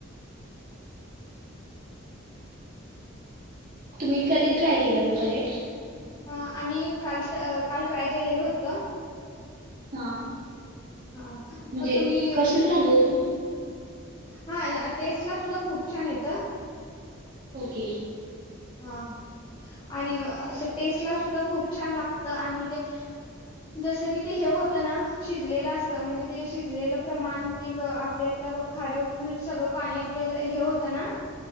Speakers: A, on the left; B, on the right.
A: <inaudible>
B: तुम्ही कधी ट्राय केलं होत हे?
A: आणि काल अ काल ट्राय केलेल होतं.
B: हा
A: हा
B: म्हणजे
A: मग तुम्ही
B: कशे झाले होते?
A: हा टेस्ट ला सुद्धा खूप छान येतं.
B: ओके.
A: हा आणि अस टेस्टला सुद्धा खूप छान लागत आणि ते जस की ते हे होतं ना शिजलेलं अस त म्हणजे ते शिजलेलं प्रमाण आपल्या हितल्या खारं मिठ सगळं पाणी आपल्या हे होतं ना